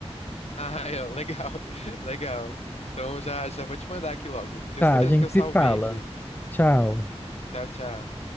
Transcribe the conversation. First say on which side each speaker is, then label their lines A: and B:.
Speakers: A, on the left (about 70°); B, on the left (about 15°).
A: <laughs> Ah, é, legal, <laughs> legal. Então já, já vou te mandar aqui logo. Tenho
B: Tá,
A: certeza
B: a gente
A: que eu salvei
B: se fala.
A: aqui.
B: Tchau.
A: Tchau, tchau.